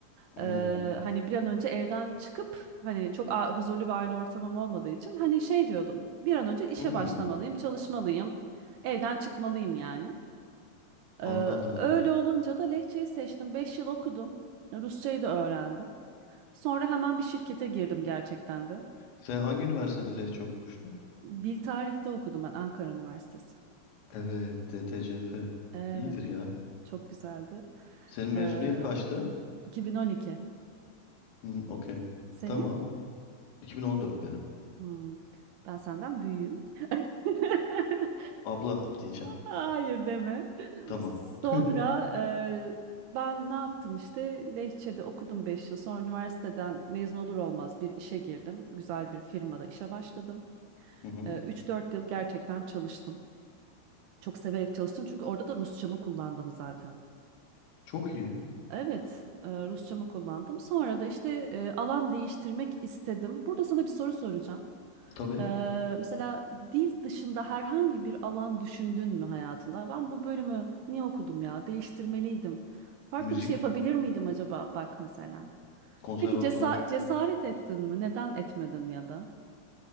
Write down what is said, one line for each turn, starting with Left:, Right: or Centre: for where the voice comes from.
Left: Hmm,
Right: Ee, hani bir an önce evden çıkıp hani çok a- huzurlu bir aile ortamım olmadığı için hani şey diyordum. Bir an önce işe
Left: hmm,
Right: başlamalıyım, çalışmalıyım. Evden çıkmalıyım yani. Ee,
Left: anladım.
Right: öyle olunca da Lehçeyi seçtim. 5 yıl okudum. Rusçayı da öğrendim. Sonra hemen bir şirkete girdim gerçekten de.
Left: Sen hangi üniversitede Lehçe okumuştun?
Right: Dil tarihte okudum ben Ankara Üniversitesi.
Left: Evet, DTCF.
Right: Evet.
Left: İyidir ya.
Right: Çok güzeldi.
Left: Senin mezuniyet
Right: Ee,
Left: kaçtı?
Right: 2012.
Left: Hmm, okey.
Right: Senin?
Left: Tamam. 2014 benim.
Right: Hmm, Ben senden büyüğüm. <laughs>
Left: Abla diyeceğim.
Right: Hayır deme.
Left: Tamam.
Right: Sonra
Left: <laughs>
Right: e, ben ne yaptım işte Lehçe'de okudum 5 yıl. Sonra üniversiteden mezun olur olmaz bir işe girdim. Güzel bir firmada işe başladım.
Left: Hı hı.
Right: E, Üç dört yıl gerçekten çalıştım. Çok severek çalıştım çünkü orada da Rusçamı kullandım zaten.
Left: Çok iyi.
Right: Evet, e, Rusçamı kullandım. Sonra da işte e, alan değiştirmek istedim. Burada sana bir soru soracağım.
Left: Tabii.
Right: E, mesela dil dışında herhangi bir alan düşündün mü hayatında? Ben bu bölümü niye okudum ya? Değiştirmeliydim. Farklı
Left: Müzik,
Right: bir şey yapabilir miydim acaba? Bak mesela.
Left: konservatuvar.
Right: Peki cesa- cesaret ettin mi? Neden etmedin ya da?